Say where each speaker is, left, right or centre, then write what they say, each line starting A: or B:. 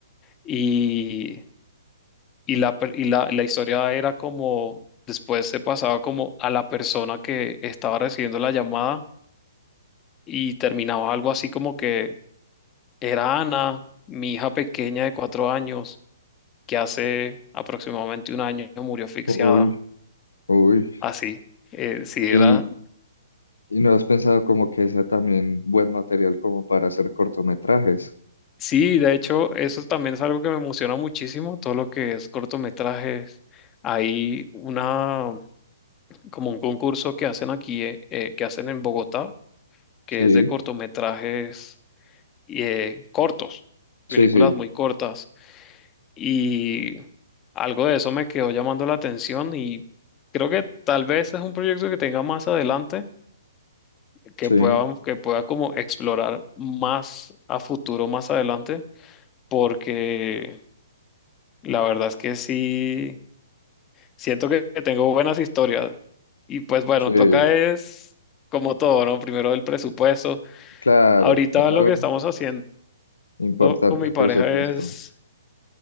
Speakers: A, on the left; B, on the left.
A: y, y, la, per- y la, la historia era como, después se pasaba como a la persona que estaba recibiendo la llamada y terminaba algo así como que era Ana, mi hija pequeña de cuatro años, que hace aproximadamente un año murió asfixiada,
B: Uy, uy.
A: así. Eh, sí,
B: ¿Y,
A: era...
B: y no has pensado como que sea también buen material como para hacer cortometrajes?
A: Sí, de hecho, eso también es algo que me emociona muchísimo, todo lo que es cortometrajes. Hay una, como un concurso que hacen aquí, eh, eh, que hacen en Bogotá, que
B: Sí,
A: es de cortometrajes eh, cortos, películas
B: sí, sí,
A: muy cortas. Y algo de eso me quedó llamando la atención y creo que tal vez es un proyecto que tenga más adelante, que
B: sí,
A: pueda, que pueda como explorar más a futuro, más adelante, porque la verdad es que sí. Siento que que tengo buenas historias. Y pues bueno,
B: sí,
A: toca es como todo, ¿no? Primero el presupuesto.
B: claro,
A: Ahorita
B: ¿verdad?
A: lo que estamos haciendo
B: Importante
A: con mi
B: el
A: pareja
B: presupuesto.
A: es,